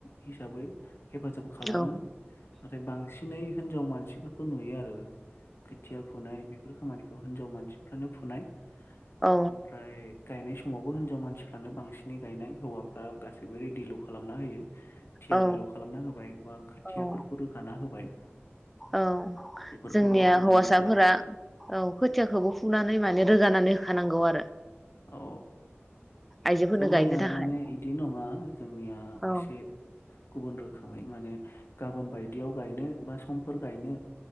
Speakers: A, on the left; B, in the centre.
A: हिसाबै हेफाजाब खालामो
B: औ
A: । नाथाय बांसिनै हिन्जाव मानसिफोरखौ नुयो आरो खोथिया फुनाय बेफोर खामानि खौ हिनजाव मानसिफ्रानो फुनाय।
B: औ
A: ओमफ्राय गायनाय स मावबो हिनजाव मानसिफ्रानो बांसिनै गायनाय हौवाफ्रा गासैबो रेडिल' खालामना होयो। थियारि
B: औ
A: ल खालामना होबाय बा खोथियाफोरखौ
B: औ
A: रोगाना होबाय
B: औ
A: बेफोरखौल'
B: जोंनिया
A: नुयो
B: हौवासाफोरा
A: आरो
B: औ खोथियाखौबो फुनानै माने रोगानानै होखानांगौ आरो
A: औ
B: आइजोफोरनो
A: जोंनिया
B: गायनो थाखाय
A: माने बिदि नङा जोंनिया
B: औ
A: एसे गुबुन रोखोमै माने गाबोन बायदियाव गायनो बा समफोर गायनो